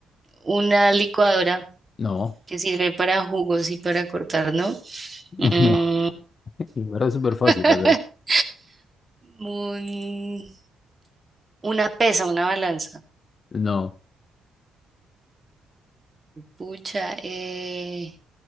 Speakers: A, on the right; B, on the left.
A: una licuadora
B: No,
A: que sirve para jugos y para cortar, ¿no?
B: <laughs>
A: Mm,
B: no, en verdad es súper
A: <laughs>
B: fácil, la verdad.
A: un- Una pesa, una balanza.
B: No,
A: Pucha, eh,